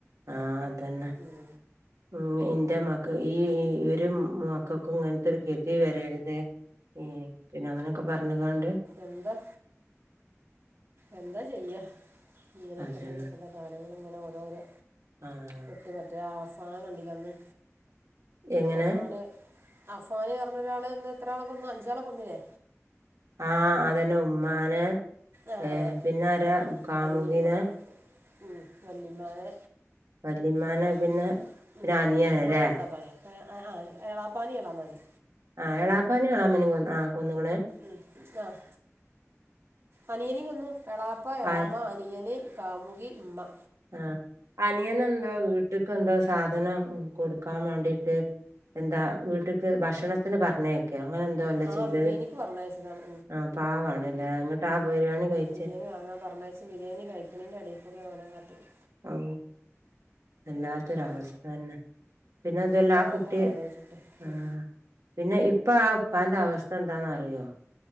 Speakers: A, on the right (about 80°); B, on the right (about 55°).
A: ആഹ് അതെന്നെ
B: ഉം
A: ഉം ഇന്റെ ഇമ്മാക്ക് ഈ ഒരും മക്കൾക്കും ഇങ്ങൻത്താെര് ഗെതി വെരര്ത് ഏഹ് പിന്നെ അങ്ങനെക്കെ പർണ്കാണ്ട്
B: എന്താ എന്താ ചെയ്യാ ഇങ്ങനെയൊക്കെ
A: അതന്നെ
B: തന്നെ ഇപ്പത്തെ കാലങ്ങള് ഇങ്ങനെ ഓരോരെ
A: ആഹ്
B: ഇത് പറ്റെ ആ അഫാൻ കണ്ടിലെ അന്ന്
A: എങ്ങനെ
B: അഫാന് അഫാന് പർണ ഒരാള് ഇന്ന് എത്ര ആളെ കൊന്ന് അഞ്ചാളെ കൊന്നിലേ
A: ആഹ് അതെന്നെ ഉമ്മാനെ
B: ആഹ്
A: ഏ പിന്നെ
B: ഇമ്മാ
A: ആരാ കാമുകിനെ
B: വല്ലിമ്മാ ഉം വെല്ലിമ്മാനെ
A: വല്ലിമ്മാനെ
B: പിന്നം
A: പിന്നെ പിന്നെ
B: ഉം
A: അനിയനല്ലേ
B: മൂത്തമ്മാനിം മൂത്താപ്പാനേം ഏഹ് <unintelligible> എളാപ്പാനിം എളാമാനിം
A: ആഹ് എളാപ്പാനിം എളാമനിം കൊന്നാ ആഹ് കൊന്ന്ക്ക്ണ്
B: ഉം ആഹ് അനിയനിം കൊന്നു എളാപ്പ എളാമ
A: ആ
B: അനിയന് കാമുകി ഇമ്മ
A: ആഹ് അനിയനെന്തോ വീട്ട്ക്കെന്തോ സാധനം ഉം കൊട്ക്കാംവാണ്ടീട്ട് എന്താ വീട്ട്ക്ക് ഭക്ഷണത്തിന് പർണയ ക്കെ അങ്ങനെ എന്തോ അല്ലേ
B: ആ
A: ചീതത്
B: ബിരിയാണിക്ക് പറഞ്ഞയച്ചതാണ്
A: ആഹ് പാവാണ്ല്ലേ ഇങ്ങട്ട് ആഹ് ബിരിയാണി കയി
B: ബിരിയേണി വാങ്ങാംപർണയച്ച് ബിരിയേണി കഴിക്ക്ണൈന്റെ എടേകൂടിയാണ് ഓനാകാട്ടിയത്
A: ഔ വെല്ലാത്തൊരവസ്ഥ
B: അപ്പം
A: തന്നെ പിന്നെ അതാെല്ലാ
B: എന്താ
A: ആ
B: അതൊക്കെ
A: കുട്ടി
B: ആലോചിച്ചിട്ട്
A: ആഹ്
B: ഉം.
A: പിന്നെ ഇപ്പൊ ആ ഉപ്പാന്റെ അവസ്ഥ എന്താന്ന് അറിയോ